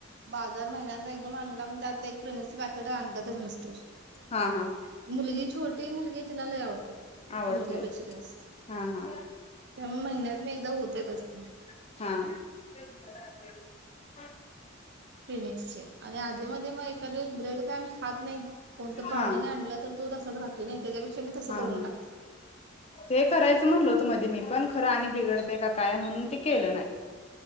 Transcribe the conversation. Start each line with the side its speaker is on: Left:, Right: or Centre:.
Right: बाजार महिन्याचा एकदम आणला म्हणजे त्यात प्रिमनस पाॅकेट अंत्यात मिस्टर
Left: हा हा
Right: मुलगी छोटी मुलगी तिला ल आवडतात
Left: आवडते
Right: मुलग्यापेक्षा जास्त
Left: हा हा
Right: त्यामुळे महिन्या होतच असते
Left: हा
Right: क्लिनिकस चे आणि आधी मध्ये मग त्यातस ब्रेड काय खात नाही कोणत पाहुणे
Left: हा
Right: नाही आणला तर तो तसच राहते नाही त्याच्यापेक्षा मी तसं
Left: हा
Right: करून
Left: हा
Right: टाकते.
Left: ते करायचं म्हणल होतं मध्ये मी पण खरं आणि बिघडते का काय म्हणून ते केलं नाही